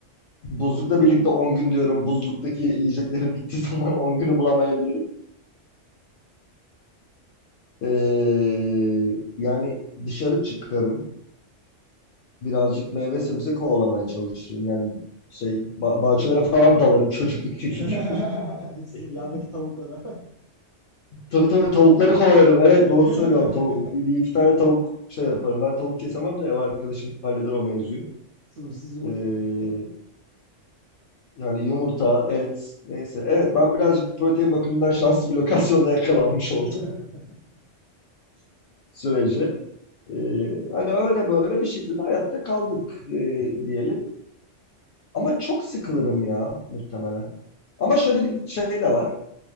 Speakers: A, on the left (about 60°); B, on the right (about 40°).
A: buzlukla birlikte on gün diyorum. Buzluktaki yiyeceklerim gittiği <laughs> zaman 10 günü bulamayabilirim. E, yani dışarı çıkarım. birazcık meyve sebze kovalamaya çalışırım. Yani şey ba- bahçelere falan dalarım çocukluktaki
B: <laughs>
A: gibi.
B: Sizin
A: <laughs>
B: Yandaki tavuklara.
A: Tabii tabii tavukları kovalarım. Evet doğru
B: <laughs>
A: söylüyorum. Tavu- bir bir iki tane tavuk şey yaparım. Ben tavuk kesemem de ev arkadaşım halleder o mevzuyu.
B: Sınırsız yumurta
A: Ee,
B: yani.
A: yani yumurta, et neyse. Evet ben birazcık protein bakımından şanslı bir lokasyonda yakalanmış
B: <laughs>
A: oldum <laughs> sürece. Ee, hani öyle böyle bir şekilde hayatta kaldık e, diyelim. Ama çok sıkılırım ya muhtemelen. Ama şöyle bir şey de var.